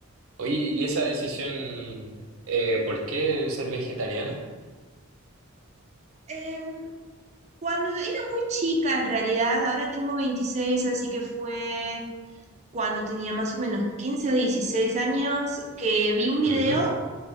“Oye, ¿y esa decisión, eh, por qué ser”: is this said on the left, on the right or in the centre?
Right